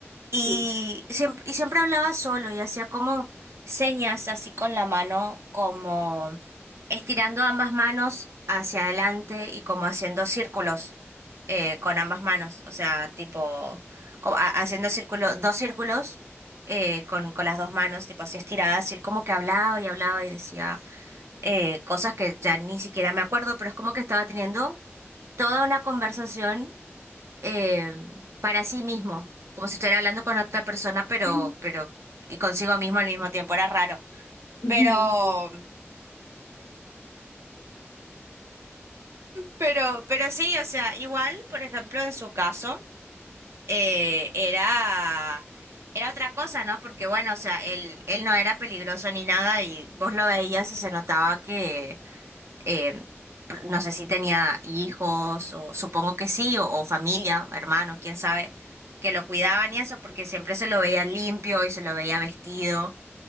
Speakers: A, on the right; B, on the left.
A: Y
B: sí,
A: siempre, y siempre hablaba solo y hacía como señas así con la mano, como estirando ambas manos hacia adelante y como haciendo círculos eh, con ambas manos. O sea, tipo, co- ha- haciendo círculo, dos círculos eh, con, con las dos manos, tipo así estiradas. Y él como que hablaba y hablaba y decía eh, cosas que ya ni siquiera me acuerdo, pero es como que estaba teniendo toda una conversación eh, para sí mismo, como si estuviera hablando con otra persona, pero,
B: <laughs>
A: pero, y consigo mismo al mismo tiempo, era raro.
B: me
A: Pero,
B: imagino.
A: pero, pero sí, o sea, igual, por ejemplo, en su caso, eh, era, era otra cosa, ¿no? Porque bueno, o sea, él, él no era peligroso ni nada y vos lo veías y se notaba que eh, no sé si tenía hijos, o supongo que sí, o, o familia, o hermanos, quién sabe, que lo cuidaban y eso, porque siempre se lo veía limpio y se lo veía vestido.